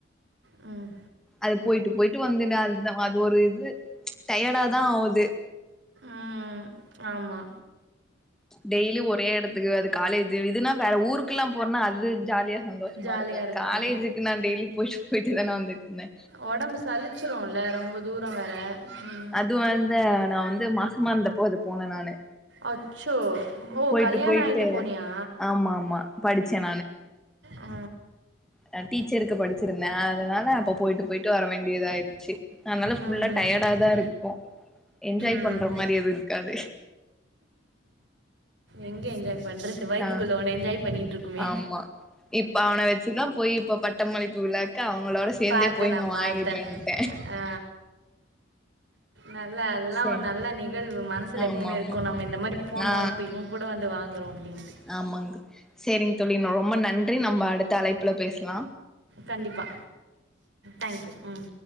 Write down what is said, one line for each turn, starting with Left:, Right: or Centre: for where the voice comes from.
Right: ம்
Centre: அது போயிட்டு போயிட்டு வந்துந்த அத்தா அது ஒரு இது ச் டயர்டா தா ஆவுது
Right: ம் ஆமா
Centre: டெய்லி ஒரே எடத்துக்கு அது காலேஜி இதுனா வேற ஊருக் க்கிலா போனா அது ஜாலியா சந்தோஷமா
Right: ஜாலியாக
Centre: இருக்கு
Right: இருக்கும்
Centre: காலேஜுக்கு நா டெய்லி போயிட்டு போயிட்டு தானே வந்துட்ருந்தே
Right: ஒடம்பு சலிச்சிருல்ல ரொம்ப தூரோ வேற ம்
Centre: அது வந்த நா வந்து மாசமா இர்ந்தப்போ அது போன நானு
Right: அச்சோ ஓ
Centre: போயிட்டு
Right: கல்யாண
Centre: போயிட்டு
Right: ஆயிட்டு போனியா
Centre: ஆமா ஆமா படிச்சே
Right: ஆ
Centre: நா டீச்சருக்கு படிச்சிருந்தே அதனால அப்ப போயிட்டு போயிட்டு வர வேண்டியதாய்ர்ச்சி அதனால ஃபுல்லா
Right: ம், ம்,
Centre: டயர்டா
Right: ம்.
Centre: தாருப்போ என்ஜாய்
Right: ம்.
Centre: பண்ற மாரி எது இருக்காது
Right: எங்க என்ஜாய் பண்றது வயித்துக்குள்ள
Centre: ஆ
Right: ஒனு என்ஜாய் பண்ணிட்ருக்குமே
Centre: ஆமா இப்ப அவன வெச்சுதா போயி இப்ப பட்டமளிப்பு விழாக்கு அவுங்களோட சே சேந்தே
Right: பார்த்தேன்
Centre: போய்
Right: நான்
Centre: நா வாங்கிட்டேன்ட்டே
Right: பார்த்தேன் ஆ, நல்ல அதுலா
Centre: சேரி
Right: ஒரு நல்ல நிகழ்வு மனசு சில
Centre: ஆமா
Right: எப்புமே இருக்கு
Centre: ஆமா
Right: நம்ம இந்த மாரி போனோ
Centre: ஆ
Right: இப்போ இவுங்க கூட வந்து வாங்குறோ அப்டின்ட்டு
Centre: ஆமாங்க சேரிங் தோழி ரொம்ப நன்றி நம்ம அடுத்த அழைப்புல பேசலா
Right: கண்டிப்பா டேங்க் யூ ம்